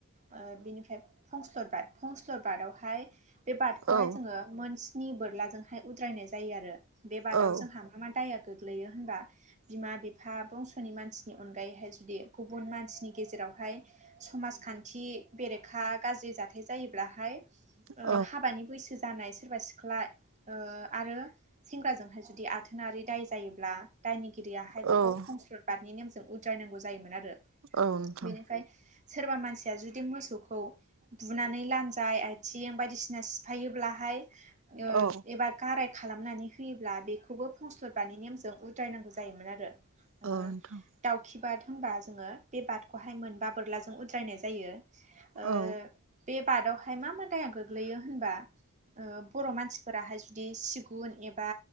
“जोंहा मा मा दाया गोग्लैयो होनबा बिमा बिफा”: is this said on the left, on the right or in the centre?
Right